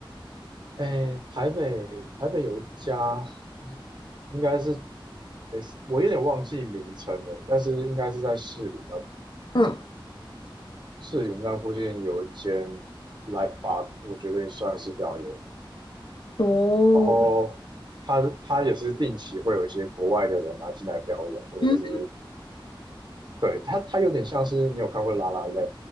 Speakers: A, on the right (about 55°); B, on the left (about 65°).
A: 哎，台北台北有一家，应该是诶，我有点忘记名称了，但是应该是在市林那
B: 嗯，
A: 士林那附近有一间 Live Bar，我觉得也算是表演。
B: 哦，
A: 然后他他也是定期会有一些国外的人拿进来表演，或者是
B: 嗯
A: 对他他有点像是你有看过《拉拉链》，